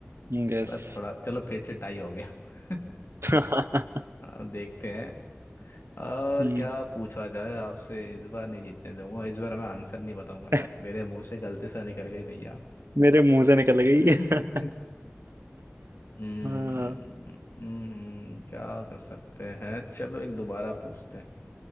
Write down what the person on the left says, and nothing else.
चलो थोड़ा चलो फिर से टाई हो गया <laughs>
अब देखते हैं और
क्या पूछा जाए आपसे इस बार नहीं जीतने दूंगा इस बार मैं आंसर नहीं बताऊंगा
यार मेरे मुंह से गलती से निकल गई भैया
<laughs>
हम्म
हम्म, क्या कर सकते हैं चलो एक दोबारा पूछते हैं